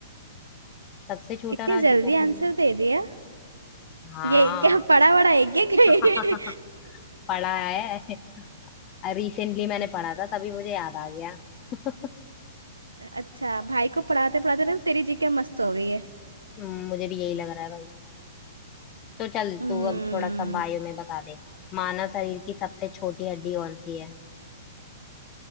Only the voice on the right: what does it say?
इतनी
जल्दी
आंसर
दे दिया
ये क्या पढ़ा बड़ा है क्या कहीं?
<laughs> अच्छा भाई को पढ़ाते पढ़ाते ना तेरी जीके मस्त हो गई है
हम्म